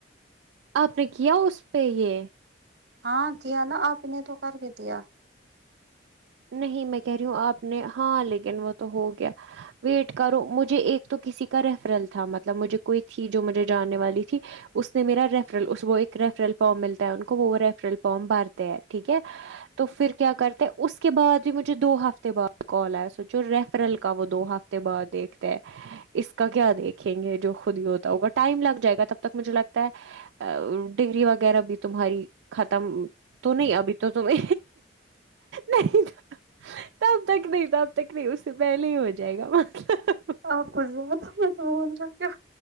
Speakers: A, on the right; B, on the right.
A: آپ نے کیا اس پہ یہ
B: ہاں کیا نا آپ نے تو کر کی دیا
A: نہیں میں کہہ رہی ہوں آپ نے ہاں لیکن وہ تو ہو گیا ویٹ کرو مجھے ایک تو کسی کا ریفرل تھا مطلب مجھے کوئی تھی جو مجھے جاننے والی تھی اس نے میرا ریفرل ایک ریفرل فارم ملتا ہے ان کو وہ ریفرل فارم بارتے ہے ٹھیک ہے تو پھر کیا کرتے اس کے بعد بھی مجھے دو ہفتے بعد کال آیا سوچو ریفرل کا وہ دو ہفتے بعد دیکھتے
B: ہ <inaudible>
A: اس کا کیا دیکھیں گے جو خود ہی ہوتا ہوگا ٹائم لگ جائے گا تب تک مجھے لگتا ہے ڈگری وغیرہ بھی تمہاری ختم تو نہیں ابھی تو تمیں نہیں تب تک نہیں تب تک نہیں اس سے پہلے ہی ہو جائے گا مطلب
B: آپ کچ زیاد بول رہ کیا